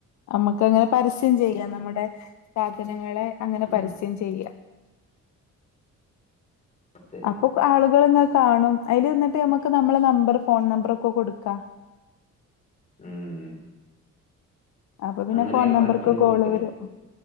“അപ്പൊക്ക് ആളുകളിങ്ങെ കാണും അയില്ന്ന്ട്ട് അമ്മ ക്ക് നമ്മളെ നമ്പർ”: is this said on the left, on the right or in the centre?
Left